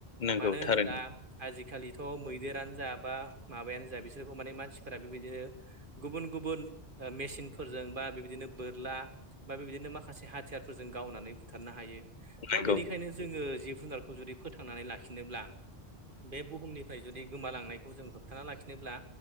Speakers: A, on the left; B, on the right.
A: नंगौ
B: मानो होनोब्ला
A: थारैनो
B: आजिखालिथ' मैदेरानो जा बा माबायानो जा बिसोरखौ माने मानसिफोरा बेबायदिनो गुबुन गुबुन ओ मेसिनफोरजों बा बेबायदिनो बोरला बा बेबायदिनो माखासे हाथियारफोरजों गावनानै बुथारनो हायो
A: नंगौ
B: दा बेनिखायनो जोङो जिब जुनारखौ खौ जुदि फोथांनानै लाखिनोब्ला बे बुहुमनिफ्राय जुदि गोमालांनायखौ जों होबथाना लाखिनोब्ला